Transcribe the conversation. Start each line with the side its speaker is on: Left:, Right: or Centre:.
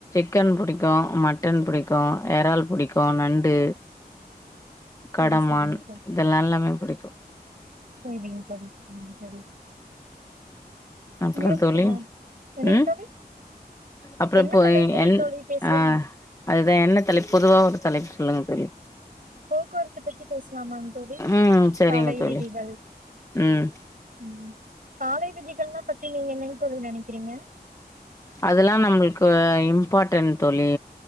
Left: கன் புடிக்கு மட்டன் புடிக்கு எறால் புடிக்கு நண்டு
Right: சரி
Left: கடமான்
Right: சரிங்க
Left: இதெல்லா எல்லாமே புடிக்கு
Right: செரிங்க தோழி சரிங்க தோழி
Left: அப்பறொ
Right: உங்களுக்கு
Left: தோழி
Right: என்னங்க
Left: ம்
Right: தோழி
Left: அப்பறொ
Right: என்ன
Left: இப்போ
Right: தலைப்புங்
Left: என்
Right: தோழி பேசலா
Left: ஆ அதுதா என்ன தலைப் பொதுவா ஒரு தலைப் சொல்லுங்க ரு
Right: போக்குவரத்து பத்தி பேசலாம் தோழி
Left: ம் சரிங்க
Right: சாலை
Left: தோழி
Right: விதிகள்
Left: ம்
Right: ம் சாலை விதிகள்னா பத்தி நீங்க என்னங் தோழி நெனக்கிறீங்க
Left: அதெல்லா நம்ளுக்கு இம்பார்ட்டென்ட் தோழி